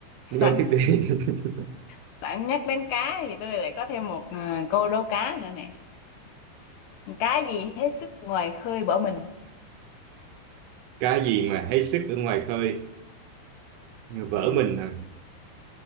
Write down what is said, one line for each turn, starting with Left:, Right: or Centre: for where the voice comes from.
Right: đâu
Left: sẵn
Right: tiếp đi <laughs>
Left: sẵn nhắc đến cá thì tôi lại có thêm một à, câu đố cá nữa nè cá gì hết sức ngoài khơi bỏ mình
Right: cá gì mà hết sức ở ngoài khơi như vỡ
Left: ừ
Right: mình à.